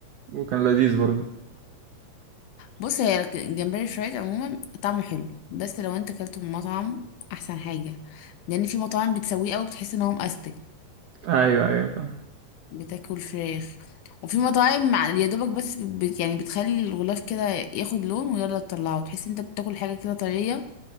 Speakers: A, on the right (about 80°); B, on the left (about 75°).
A: وكان لذيذ برضه
B: بص هي الك- الجمبري الفرايد عموما طعمه حلو بس لو انت اكلته من مطعم احسن حاجة لان في مطاعم بتسويه قوي بتحس ان هو مأستك
A: ايوه ايوه فاهم
B: بتاكل فراخ وفي مطاعم مع- يا دوبك بس بت يعني بتخلي الغلاف كده ياخد لون ويلا تطلعه تحس ان انت بتاكل حاجة كده طرية